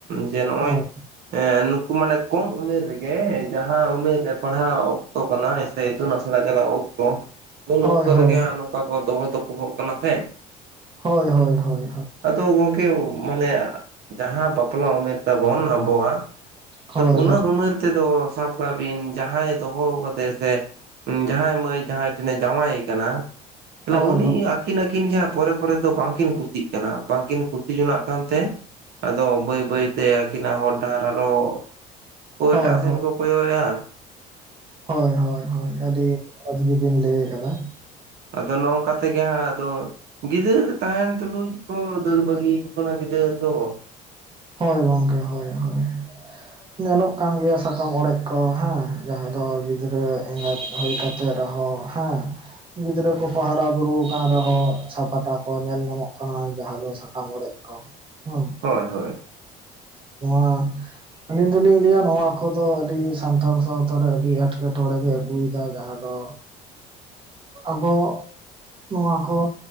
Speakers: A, on the right (about 60°); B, on the right (about 25°).
A: ᱡᱮ ᱱᱚᱜᱼᱚᱭ
B: ᱦᱳᱭ
A: ᱱᱩᱠᱩ ᱢᱟᱱᱮ ᱠᱚᱢ ᱩᱢᱮᱨ ᱨᱮᱜᱮ ᱡᱟᱦᱟᱸ ᱩᱢᱮᱨ ᱨᱮ ᱯᱟᱲᱦᱟᱣ ᱚᱠᱛᱚ ᱠᱟᱱᱟ ᱥᱮ ᱤᱛᱩᱱ ᱟᱥᱲᱟ ᱪᱟᱞᱟᱜ ᱚᱠᱛᱚ ᱩᱱ
B: ᱦᱳᱭ
A: ᱚᱠᱛᱚ
B: ᱦᱳᱭ
A: ᱨᱮᱜᱮ ᱦᱟᱸᱜ ᱱᱚᱝᱠᱟ ᱠᱚ ᱫᱚᱦᱚ ᱫᱚᱯᱚᱦᱚᱜ ᱠᱟᱱᱟ ᱥᱮ,
B: ᱦᱳᱭ ᱦᱳᱦ ᱦᱳᱭ
A: ᱟᱫᱚ ᱜᱚᱝᱠᱮ ᱢᱟᱱᱮ ᱡᱟᱦᱟᱸ ᱵᱟᱯᱞᱟ ᱩᱢᱮᱨ ᱛᱟᱵᱚᱱ ᱟᱵᱚᱣᱟᱜ
B: ᱦᱳᱭ
A: ᱟᱫᱚ ᱩᱱᱟᱹᱜ
B: ᱦᱳᱭ
A: ᱩᱢᱮᱨ ᱛᱮᱫᱚ ᱥᱟᱵ ᱠᱟᱜ ᱵᱤᱱ ᱡᱟᱦᱟᱸᱭ ᱫᱚᱦᱚ ᱠᱟᱫᱟᱮᱭᱟ ᱥᱮ ᱡᱟᱦᱟᱸᱭ ᱢᱟᱹᱭ ᱡᱟᱦᱟᱸᱭ ᱴᱷᱮᱱᱮ ᱡᱟᱶᱟᱭ ᱟᱠᱟᱱᱟ ᱾ <unintelligible>
B: ᱦᱳᱭ
A: ᱩᱱᱤ ᱟᱹᱠᱤᱱ ᱟᱹᱠᱤᱱ ᱜᱮᱭᱟ ᱯᱚᱨᱮ ᱯᱚᱨᱮ ᱫᱚ ᱵᱟᱝᱠᱤᱱ ᱠᱩᱥᱤᱜ ᱠᱟᱱᱟ ᱾ ᱵᱟᱝᱠᱤᱱ ᱠᱩᱥᱤᱜ ᱡᱚᱱᱟᱜ ᱠᱟᱱᱛᱮ ᱟᱫᱚ ᱵᱟᱹᱭ ᱵᱟᱹᱭ ᱛᱮ ᱟᱹᱠᱤᱱᱟᱜ ᱦᱚᱨ ᱰᱟᱦᱟᱨ ᱟᱨᱦᱚᱸ ᱚᱠᱚᱭ
B: ᱦᱳᱭ
A: ᱮᱴᱟᱜ ᱥᱮᱱ ᱠᱚ ᱠᱚᱭᱚᱜ ᱮᱭᱟ ᱾
B: ᱦᱳᱭ ᱦᱳᱭ ᱦᱳᱭ ᱟᱹᱰᱤ ᱟᱹᱰᱤ ᱜᱮᱵᱤᱱ ᱞᱟᱹᱭ ᱟᱠᱟᱫᱟ ᱾
A: ᱟᱫᱚ ᱱᱚᱝᱠᱟ ᱛᱮᱜᱮ ᱦᱟᱹᱜ ᱟᱫᱚ ᱜᱤᱫᱟᱹᱨ ᱛᱟᱦᱮᱸᱱ ᱛᱩᱞᱩᱡ ᱠᱚ ᱫᱟᱹᱲ ᱵᱟᱹᱜᱤᱭᱟᱠᱚ ᱠᱟᱱᱟ ᱜᱤᱫᱟᱹᱨ ᱫᱚ ᱾
B: ᱦᱳᱭ ᱜᱚᱝᱠᱮ ᱦᱳᱭ ᱦᱳᱭ ᱾ ᱧᱮᱞᱚᱜ ᱠᱟᱱ ᱜᱮᱭᱟ ᱥᱟᱠᱟᱢ ᱚᱲᱮᱡ ᱠᱚ ᱦᱮᱸ, ᱡᱟᱦᱟᱸ ᱫᱚ ᱜᱤᱫᱽᱨᱟᱹ ᱮᱸᱜᱟᱛ ᱦᱩᱭ ᱠᱟᱛᱮ ᱨᱮᱦᱚᱸ ᱦᱮᱸ ᱜᱤᱫᱽᱨᱟᱹ ᱠᱚᱠᱚ ᱦᱟᱨᱟ ᱵᱩᱨᱩ ᱟᱠᱟᱱ ᱨᱮᱦᱚᱸ ᱪᱷᱟᱯᱟᱰᱟ ᱠᱚ ᱧᱮᱞ ᱧᱟᱢᱚᱜ ᱠᱟᱱᱟ ᱡᱟᱦᱟᱸ ᱫᱚ ᱥᱟᱠᱟᱢ ᱚᱲᱮᱡ ᱠᱚ <inaudible> ᱦᱩᱸ
A: ᱦᱳᱭ ᱦᱳᱭ
B: ᱱᱚᱣᱟ ᱟᱹᱞᱤᱧ ᱫᱚᱞᱤᱧ ᱞᱟᱹᱭᱟ ᱱᱚᱣᱟ ᱠᱚᱫᱚ ᱟᱹᱰᱤ ᱥᱟᱱᱛᱟᱲ ᱥᱟᱶᱛᱟ ᱨᱮ ᱟᱹᱰᱤ ᱮᱸᱴᱠᱮᱴᱚᱬᱮ ᱜᱮ ᱟᱹᱜᱩᱭᱮᱫᱟ ᱡᱟᱦᱟᱸ ᱫᱚ ᱟᱵᱚ ᱱᱚᱣᱟ ᱠᱚ